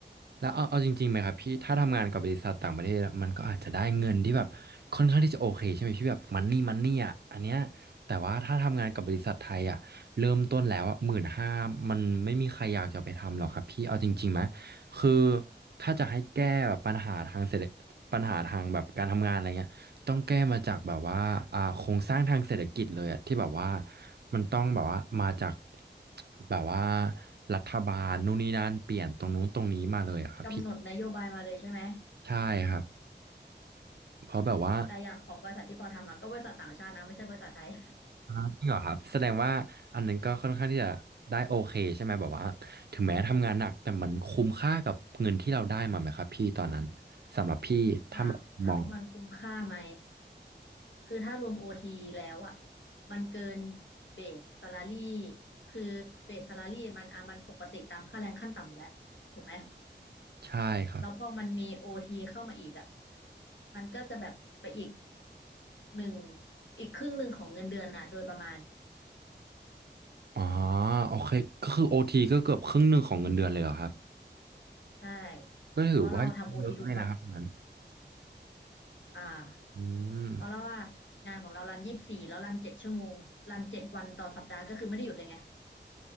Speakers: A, on the right (about 60°); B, on the left (about 80°).
A: แล้วเอาเอาจริงๆไหมครับพี่ถ้าทำงานกับบริษัทต่างประเทศอะมันก็อาจจะได้เงินที่แบบค่อนข้างที่จะโอเคใช่ไหมพี่แบบมันนี่มันนี่อ่ะอันเนี้ยแต่ว่าถ้าทำงานกับบริษัทไทยอ่ะเริ่มต้นแล้วอ่ะหมื่นห้ามันไม่มีใครอยากจะไปทำหรอกครับพี่เอาจริงๆไหมคือถ้าจะให้แก้แบบปัญหาทางเศรษฐปัญหาทางแบบการทำงานอะไรเงี้ย ต้องแก้มาจากแบบว่าอ่าโครงสร้างทางเศรษฐกิจเลยอะที่แบบว่ามันต้องแบบว่ามาจากแบบว่ารัฐบาลนู่นนี่นั่นเปลี่ยนตรงนู้นตรงนี้มาเลยอะครับพี่
B: กำหนดนโยบายมาเลยใช่ไหม
A: ใช่ครับเพราะแบบว่า
B: แต่อย่างของบริษัทที่ปอทำอะก็บริษัทต่างชาตินะไม่ใช่บริษัทไทย
A: อ่าจริงเหรอครับแสดงว่าอันนั้นก็ค่อนข้างที่จะได้โอเคใช่ไหมแบบว่าถึงแม้ทำงานหนักแต่มันคุ้มค่ากับเงินที่เราได้มาไหมครับพี่ตอนนั้นครับพี่ถ้ามมอง
B: <laughs> ถามถามว่ามันคุ้มค่าไหมคือถ้ารวมโอทีแล้วอ่ะมันเกินเบส s a l ารี่คือเบส s a l ารี่มันอ่ะมันปกติตามค่าแรงขั้นต่ำอยู่แล้วถูกไหม
A: ใช่ครับ
B: แล้วพอมันมีโอทีเข้ามาอีกอ่ะมันก็จะแบบไปอีกหนึ่งอีกครึ่งหนึ่งของเงินเดือนนะโดยประมาณ
A: อ๋อโอเคก็คือโอทีก็เกือบครึ่งหนึ่งของเงินเดือนเลยเหรอครับ
B: ใช่
A: ก็ถือว่าเยอะเลยนะครับอันนั้น
B: เพราะเราทำโอทีทุกวัน อ่า
A: อืม
B: เพราะว่างานของเรารันยี่สิบสี่แล้วรันเจ็ดชั่วโมงรันเจ็ดวันต่อสัปดาห์ก็คือไม่ได้หยุดเลยไง